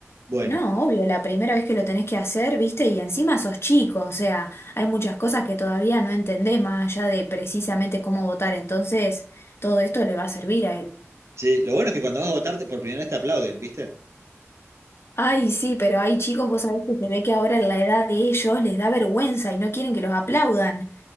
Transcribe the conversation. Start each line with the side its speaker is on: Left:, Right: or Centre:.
Right: Bueno,
Left: No, obvio, la primera vez que lo tenés que hacer, viste, y encima sos chico, o sea, hay muchas cosas que todavía no entendés más allá de precisamente cómo votar, entonces todo esto le va a servir a él.
Right: sí, lo bueno es que cuando vas a votarte por primera vez te aplauden, ¿viste?
Left: Ay, sí, pero hay chicos, vos sabés que se ve que ahora en la edad de ellos les da vergüenza y no quieren que los aplaudan.